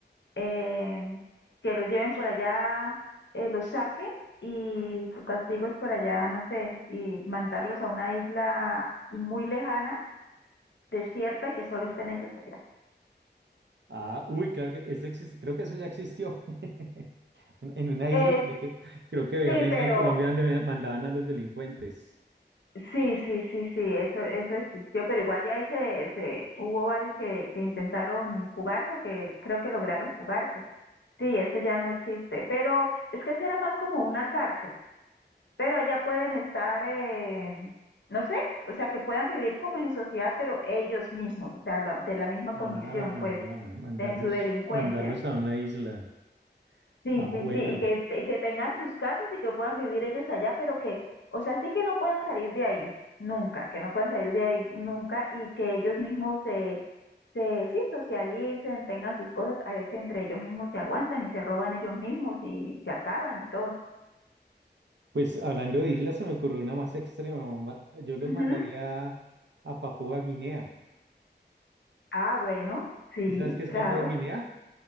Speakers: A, on the left (about 85°); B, on the right (about 75°).
A: eh, que los lleven por allá, eh, los saquen y su castigo es por allá, no sé, y mandarlos a una isla muy lejana, desierta y que solo estén ellos allá.
B: Ah, uy, claro que eso existe, creo que eso ya existió. <laughs> En en una isla,
A: Eh,
B: creo que, creo que había
A: sí,
B: una isla
A: pero
B: en Colombia donde me- mandaban a los delincuentes.
A: Sí, sí, sí, sí, eso, eso existió, pero igual de ahí se, se hubo varios que, que intentaron jugarse o que creo que lograron jugarse. Sí, eso ya no existe, pero es que eso era más como una cárcel, pero allá pueden estar, eh, no sé, o sea, que puedan vivir como en sociedad, pero ellos mismos, o sea, la- de la misma
B: Ah,
A: condición, pues,
B: ya, mandarlos,
A: en su delincuencia.
B: mandarlos a una isla.
A: Sí,
B: Ah,
A: sí,
B: bueno.
A: sí, y que, y que tengan sus casas y que puedan vivir ellos allá, pero que, o sea, sí que no puedan salir de ahí, nunca, que no puedan salir de ahí nunca y que ellos mismos se, se, sí, socialicen, tengan sus cosas, a ver si entre ellos mismos se aguantan y se roban ellos mismos y se acaban y todo.
B: Pues hablando de islas, se me ocurrió una más extrema. mamá. Yo los
A: Ujú.
B: mandaría a Papúa Guinea.
A: Ah, bueno, sí,
B: ¿Sí sabes qué es
A: claro.
B: Papúa Guinea?